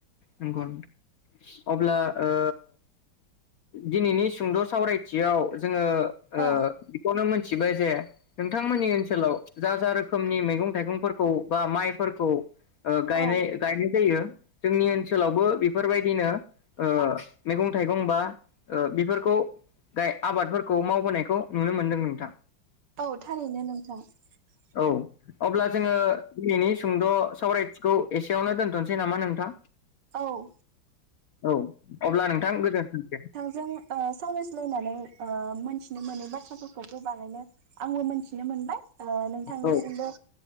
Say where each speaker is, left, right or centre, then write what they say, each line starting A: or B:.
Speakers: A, on the left (about 65°); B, on the right (about 65°).
A: नोंगौ ओं । अब्ला ओ दिनैनि सुंद' सावरायथियाव जोङो ओ
B: औ
A: बेखौनो मोन थिबाय जे नोंथांमोननि ओनसोलाव जा जा रोखोमनि मैगं थाइगंफोरखौ बा माइफोरखौ ओ गायनाय
B: औ
A: ओ गायनाय जायो जोंनि ओनसोलावबो बेफोरबायदिनो ओ मैगं थाइगं बा ओ बेफोरखौ गाय आबादफोरखौ मावबोनायखौ नुनो मोनदों नोंथां ।
B: औ थारैनो नोंथां ।
A: औ । अब्ला जोङो दिनैनि सुंद' सावरायथिखौ एसेयावनो दोनथ'नोसै नामा नोंथां?
B: औ ओ
A: औ अब्ला नोंथां गोजोनथोंसै ।
B: जों ओ सावरायज्लायनानै ओ मिथिनो मोनै बाथ्राफोरखौबो गोबाङैनो आंबो मोनथिनो मोनबाय ओ नोंथांनिसिमबो
A: औ